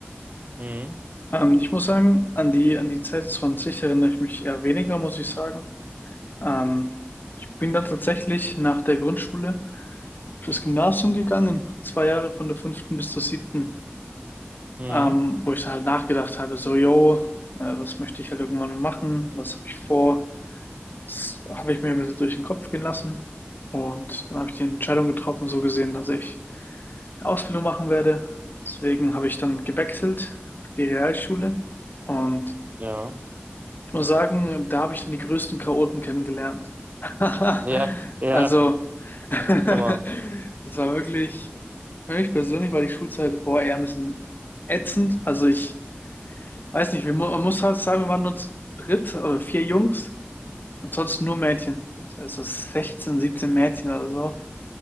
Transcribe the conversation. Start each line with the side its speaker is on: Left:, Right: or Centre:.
Right: Mhm.
Left: Ähm, ich muss sagen, an die, an die Zeit des 20 erinnere ich mich eher weniger, muss ich sagen. Ähm, bin dann tatsächlich nach der Grundschule auf das Gymnasium gegangen, zwei Jahre von der fünften bis zur siebten,
Right: Mhm.
Left: ähm, wo ich dann halt nachgedacht habe, so, yo, äh, was möchte ich halt irgendwann mal machen, was habe ich vor, das habe ich mir ein bisschen durch den Kopf gehen lassen und dann habe ich die Entscheidung getroffen, so gesehen, dass ich eine Ausbildung machen werde. Deswegen habe ich dann gewechselt auf die Realschule und
Right: Ja.
Left: Ich muss sagen, da habe ich dann die größten Chaoten kennengelernt. <laughs>
Right: Ja, <laughs>
Left: Also,
Right: ja,
Left: <laughs> das
Right: immer.
Left: war wirklich, für mich persönlich war die Schulzeit, boah, eher ein bisschen ätzend. Also ich weiß nicht, wir, mu- man muss halt sagen, wir waren nur zu dritt oder vier Jungs und sonst nur Mädchen. Das heißt, so 16, 17 Mädchen oder so.